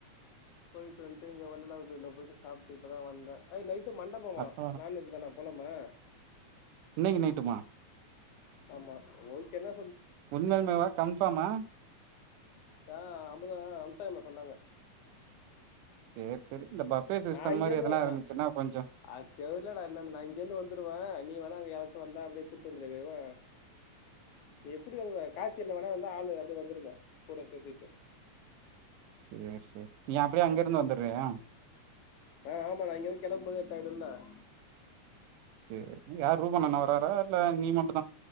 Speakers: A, on the left; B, on the right.
A: போய்ட்டு வன்டு இங்க வள்ளலார் கோயில போயிட்டு சாப்ட்டு இப்பதா வந்த ஹய் னைட் மண்டபமா
B: அடுத்த
A: நான் வெஜ் தான போலமா
B: இன்னைக்கி நைட்டுமா
A: ஆமா ஓய்கென்னா
B: உண்மேல்மேவா கன்ஃபாமா
A: தா அமுதா அம்சாயிமா சொன்னாங்க
B: சேரி சேரி இந்த பஃபே சிஸ்டம்
A: நா இங்கந்து
B: மாரி எதனா இருந்துச்சுன்னா
A: ந
B: கொஞ்சோ
A: அத் தெரிலட என்னனு நா இங்கந்து வந்துருவ நீ வரு அங்க யாரச்சு வந்தா அப்டியே கூட்டு வந்துருங்க இவ நீ எப்டி வருவா கார்த்தி அண்ண வேணா வந்தா ஆளு அப்படி வந்துருங்க கூட சேத்திட்டு
B: செரி செரி நீ அப்டியே அங்கருந்து வந்துறியா
A: ஆமா நான் இங்கருந்து கெளம்பும்போது <unintelligible>
B: செரி யாரு ரூபண் அண்ணா வராரா இல்ல நீ மட்டும்